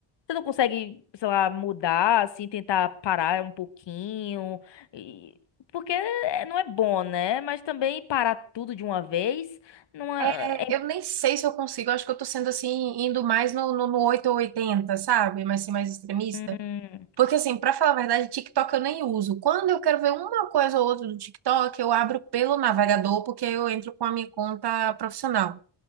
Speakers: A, on the left (about 60°); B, on the right (about 55°).
A: Você não consegue, sei lá, mudar, assim, tentar parar um pouquinho. e- Porque é- não é bom, né? Mas também parar tudo de uma vez não é.
B: é.
A: é-
B: Eu nem sei se eu consigo, eu acho que eu tô sendo assim, indo mais no, no, no 8 ou 80, sabe? Mas ser mais extremista.
A: hum.
B: Porque, assim, pra falar a verdade, TikTok eu nem uso. Quando eu quero ver uma coisa ou outra do TikTok, eu abro pelo navegador, porque eu entro com a minha conta profissional.